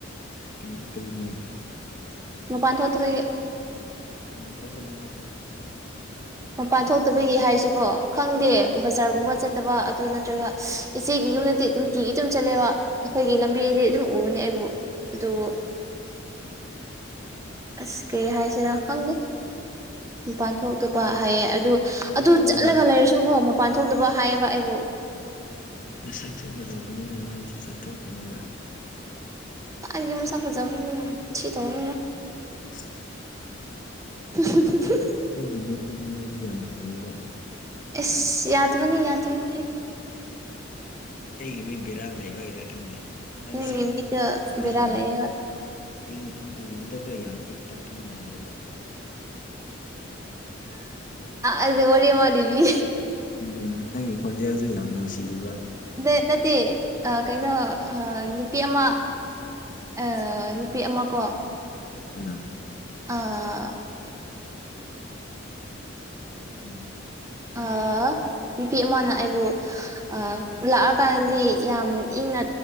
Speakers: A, on the left; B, on the right.
A: ꯀ ꯀꯔꯤꯒꯤ
B: ꯅ ꯄꯥꯟꯊꯣꯠꯦ
A: ꯎꯝ ꯊꯒꯅꯦ ꯊꯀꯅ
B: ꯃꯄꯥꯟ ꯊꯣꯛꯇꯕꯒꯤ ꯍꯥꯏꯁꯤꯀꯣ ꯈꯪꯗꯦ
A: ꯎꯝ
B: ꯕꯖꯥꯔꯒꯨꯝꯕ ꯆꯠ ꯐꯠꯇꯕ ꯑꯗꯨ ꯅꯠꯇ꯭ꯔꯒ ꯏꯆꯦꯒꯤ ꯌꯨꯝꯗꯗꯤ ꯅꯨꯡꯇꯤꯒꯤ ꯑꯗꯨꯨꯝ ꯆꯠꯂꯦꯕ ꯑꯩꯈꯣꯏꯒꯤ ꯂꯝꯕꯤꯗꯤ
A: ꯎꯝ
B: ꯑꯗꯨꯝ ꯎꯕꯅꯤ ꯑꯩꯕꯨ ꯑꯗꯨꯕꯨ ꯑꯁ ꯀꯦ ꯍꯥꯏꯁꯤꯔꯥ ꯈꯪꯗꯦ ꯃꯄꯥꯟ ꯊꯣꯛꯇꯕ
A: ꯅꯪꯗꯤ
B: ꯍꯥꯏꯌꯦ ꯑꯗꯨ
A: ꯆꯠꯊꯣꯛꯀꯅꯨꯕ
B: ꯑꯗꯨ ꯆꯠꯂꯒ ꯂꯩꯔꯁꯨꯀꯣ ꯃꯄꯥꯟ ꯊꯣꯛꯇꯕ ꯍꯥꯏꯌꯦꯕ ꯑꯩꯕꯨ
A: ꯃꯁꯛꯁꯨꯦ ꯐꯖꯕꯅꯤꯅ ꯅꯪꯣꯏꯁꯨ ꯆꯠꯊꯣꯛꯅꯕ
B: ꯑꯒꯤ ꯃꯨꯁ ꯐꯖꯕꯅ ꯃꯂ ꯊꯈꯤ ꯇꯧꯕꯅ ꯃꯦ
A: <inaudible>
B: <unintelligible>
A: ꯑꯩ ꯑꯩꯒꯤ ꯃꯤꯠꯇꯗꯤ ꯅꯁꯤ ꯌꯥꯝ ꯐꯖꯩꯕ
B: ꯑꯦꯁ ꯌꯥꯗꯕꯅꯤ ꯌꯥꯗꯕꯅꯤꯅꯦ
A: ꯑꯩꯒꯤ ꯃꯤ ꯕꯦꯔꯥ ꯂꯩꯕꯩꯔꯥ ꯈꯪꯗꯦ ꯅꯪꯁꯤ
B: ꯅꯪꯒꯤ ꯃꯤꯗ
A: ꯎꯕꯗ
B: ꯕꯦꯔꯥ
A: ꯌꯥꯝ
B: ꯂꯩꯌꯦꯕ
A: ꯏꯪ ꯎꯕꯗꯒ ꯌꯥꯝ ꯏꯪ ꯇꯞꯄꯤ ꯃꯥꯜꯂꯦꯕ
B: ꯑꯗꯨ ꯋꯥꯔꯤꯣꯔ ꯃꯥꯂꯤꯕꯤ
A: ꯎꯝ ꯅꯪꯒꯤ ꯈꯣꯟꯖꯦꯜꯁꯨ ꯌꯥꯝ ꯅꯨꯡꯁꯤꯕ
B: ꯗꯦ ꯅꯠꯇꯦ ꯑꯥ ꯀꯩꯅꯣ ꯑ ꯅꯨꯄꯤ ꯑꯃ ꯑ ꯅꯨꯄꯤ ꯑꯃꯀꯣ
A: ꯀꯅꯥ
B: ꯑꯥ
A: ꯎꯝ ꯍꯥꯏꯔꯣ
B: ꯑꯥ ꯅꯨꯄꯤ ꯑꯃꯅ ꯑꯩꯕꯨ ꯑꯥ
A: ꯎꯝ
B: ꯂꯥꯛꯑ ꯀꯥꯡꯗꯤ ꯌꯥꯝ ꯏꯪꯅ